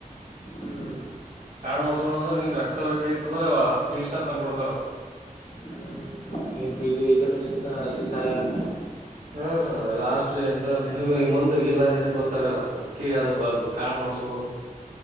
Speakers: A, on the left; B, on the right.
A: ಹಾ.
B: ಕಾಡ್ ಮಾಡ್ಸೋಣ ಅಂದ್ರೆ ನಿಂಗ್ ಅತ್ ಬೇಕು ಇತ್ ಬೇಡ ಹತ್ತು ನಿಮಿಷದಲ್ಲಿ ತಂದು ಕೊಡು.
A: ಹ್ಮ್ ಹ್ಮ್ ಹಿಂಗ್ ಇದು ಇದರ್ಲಿಂತ ಇದು ಸಹಾಯ ಆತ.
B: ಹಾ ಲಾಸ್ಟ್ ಎನ್. ಟಸ್ರಿ ಮುಂದೆ ಇಲ್ಲ ನಿನಗ್ ಗೊತ್ತಾಗಲ್ಲ ಅದಕ್ಕೇ ಅದು ಕಾಡ್ ಮಾಡಸ್ಕೋಬೇಕು.